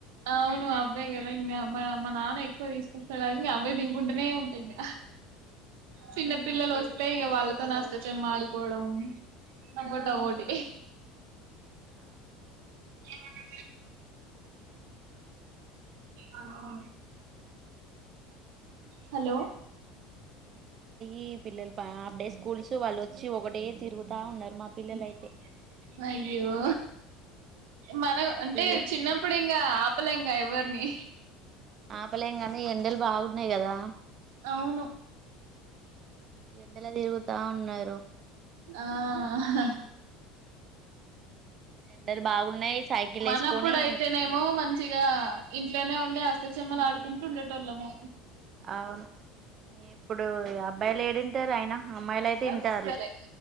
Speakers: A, on the right; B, on the right.
A: అవును అవే కదా ఇంకా మ మా నాన్న ఎక్కువ తీసుకుస్తాడు ఇంక అవే తింకుంటూనే ఉంటాయి ఇంక
B: ఆహా
A: చిన్న పిల్లలు వస్తే ఇక వాళ్ళతో అష్టచమ్మ ఆడుకోవడంము మంగోటా
B: ఆ
A: ఓటి
B: ఆ
A: ఏం అక్క అవును హలో
B: ఈ పిల్లలు హాఫ్ డే స్కూల్స్ వాళ్ళుచ్చి ఒకటే తిరుగుతా ఉన్నారు మా పిల్లలు
A: ఉమ్
B: అయితే
A: అయ్యో మనం
B: మా
A: అంటే
B: పిల్ల
A: చిన్నప్పుడు ఇంకా అపలెంగా ఎవరిని
B: ఆపలేమ్ కానీ ఎండలు బాగున్నాయి కదా
A: అవును
B: ఎండలో తిరుగుతా ఉన్నారు
A: ఆ ఆహా
B: ఎండలు బాగున్నాయి సైకిల్
A: మనప్పుడు
B: వేసుకొని
A: అయితేనేమో మంచి మంచిగా ఇంట్లోనే ఉండే అస్తచమ్మలు ఆడుకుంటూ ఉండేట వాళ్ళము
B: అవును ఇప్పుడు అబ్బాయిలు ఏడుంటారు అయినా అమ్మాయిలు అయితే
A: అసలే
B: ఇంటారు